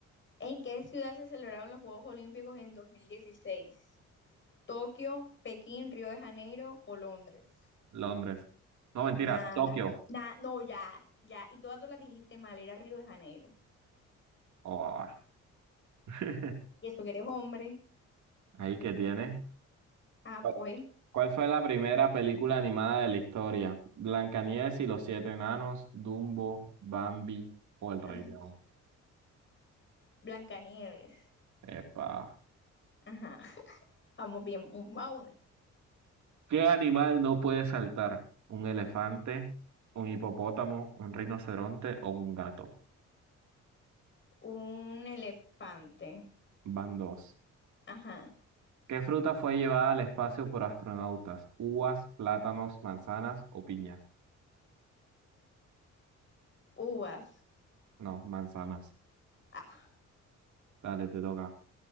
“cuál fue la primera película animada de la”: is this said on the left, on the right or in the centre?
Right